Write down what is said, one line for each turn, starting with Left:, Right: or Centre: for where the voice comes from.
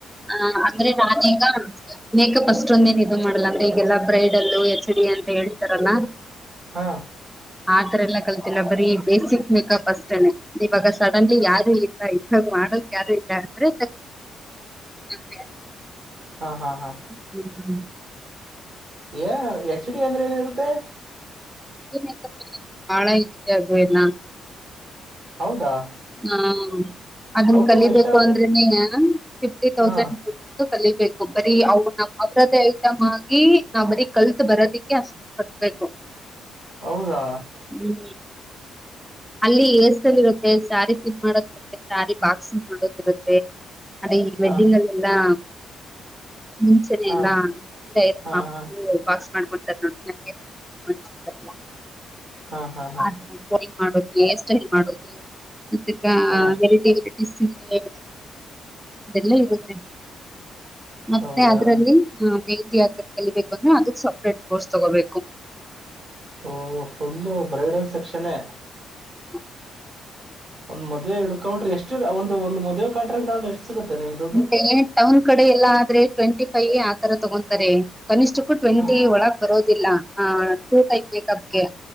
Centre: ಹ ಅಂದ್ರೆ ನಾನೀಗ ಮೇಕಪ್ ಅಷ್ಟೊಂದೇನ್ ಇದು ಮಾಡಲ್ಲ ಅಂತ ಈಗೆಲ್ಲ ಬ್ರೈಡಲ್ ಎಚ್. ಡಿ ಅಂತ ಹೇಳ್ತಾರಲ್ಲ
Right: ಹಾ
Centre: ಆತರ ಎಲ್ಲ ಕಲ್ತಿಲ್ಲ ಬರೀ ಬೇಸಿಕ್ ಮೇಕಪ್ ಅಷ್ಟೇನೆ ಇವಾಗ ಸಡನ್ಲಿ ಯಾರು ಇಲ್ಲ ಇದಾಗ್ ಮಾಡ ಮಾಡಕ್ ಯಾರು ಇಲ್ಲ ಅಂದ್ರೆ
Right: ಹ
Centre: ಮತ್ತೆ
Right: ಹಾ ಹಾ ಹಾ
Centre: ಹ್ಮ್ ಹ್ಮ್
Right: ಏ ಎಚ್. ಡಿ ಅಂದ್ರೆ ಏನಿರುತ್ತೆ
Centre: ಮೇಕಪ್ ಅಲ್ಲಿ ಬಾಳ ಇರುತ್ತೆ ಅದು ಎಲ್ಲ
Right: ಹೌದಾ
Centre: ಹಾ ಅದನ್
Right: ಅವಕ್ಕೆಲ್ಲ
Centre: ಕಲಿಬೇಕು
Right: ಎಷ್ಟಾಗ
Centre: ಅಂದ್ರೆನ ಫಿಫ್ಟಿ ತೌಸೆಂಡ್
Right: ಹಾಂ
Centre: ಕಲಿಬೇಕು ಬರೀ ಅವು ನಮ್ಮ ಅವ್ರದೇ ಐಟಮ್ ಆಗಿ ನಾವ್ ಬರೀ ಕಲ್ತ್ ಬರೋದಿಕ್ಕೆ ಅಷ್ಟ ಕಟ್ಟಬೇಕು.
Right: ಹೌದಾ
Centre: ಹು ಅಲ್ಲಿ ಹೇರಸ್ಟೈಲ್ ಇರುತ್ತೆ ಸ್ಯಾರಿ ಪಿನ್ ಮಾಡೋದಿರುತ್ತೆ ಸ್ಯಾರಿ ಬಾಕ್ಸಿಂಗ್ ಮಾಡೋದಿರುತ್ತೆ. ಅದೆ ವೆಡ್ಡಿಂಗಲ್ಲಿ
Right: ಹಾಂ
Centre: ಎಲ್ಲಾ. ಮುಂಚೆನೆ
Right: ಹಾ
Centre: ಎಲ್ಲಾ ಸೀರ ಐರನ್
Right: ಹಾ
Centre: ಮಾಡಬಿಟ್ಟು
Right: ಹಾ
Centre: ಬಾಕ್ಸ್ ಮಾಡ್ಕೊಂತಾರೆನ ನಂಗೆ ಮಾಡಸುತ್ತೆಲ್ಲಾ.
Right: ಹಾ ಹಾ ಹಾ
Centre: ಆ ತರಾ ಕೋಡಿಂಗ್ ಮಾಡೋದು ಹೇರ ಸ್ಟೈಲ್ ಮಾಡೋದು ಮತ್ತಿಗೇ
Right: ಹಾ
Centre: ವೆರೈಟಿ ವರ. ಸಿರೆ ಅದೆಲ್ಲ ಇರುತ್ತೆ. ಮತ್ತೆ
Right: ಹೌದಾ
Centre: ಅದರಲ್ಲಿ ಹ ಮೆಹಂದಿ ಹಾಕಕೆ ಕಲಿಬೇಕು ಅಂದ್ರೆ ಅದಕ ಸಪ್ರೇಟ್ ಕೋರ್ಸ್ ತಗೋಬೇಕು.
Right: ಓ ಫುಲ್ಲು ಬ್ರೈಡಲ್ ಸೆಕ್ಷನೇ.
Centre: ಹು
Right: ಒಂದ ಮದುವೆ ಹಿಡಕೊಂಡಬಿಟ್ರೆ ಎಷ್ಟ ಒಂದ ಮದುವೆ ಕಾಂಟ್ರಾಕ್ಟ್ ಎಷ್ಟು. ಎಷ್ಟು ಗೊತ್ತಾ ನಿಮ್ಮಿದು.
Centre: ಡೇ ಟೌನ್ ಕಡೆ ಎಲ್ಲಾ ಆದ್ರೆ ಟ್ವೆಂಟಿ ಫೈವ ಆತರಾ ತಗೊತಾರೆ. ಕನಿಷ್ಠಕ್ಕೂ ಟ್ವೆಂಟಿ
Right: ಹಾಂ
Centre: ಒಳಗ್ ಬರೋದಿಲ್ಲಾ ಆ ಟೂ ಟೈಪ್ ಬೇಕಪ್ಗೆ.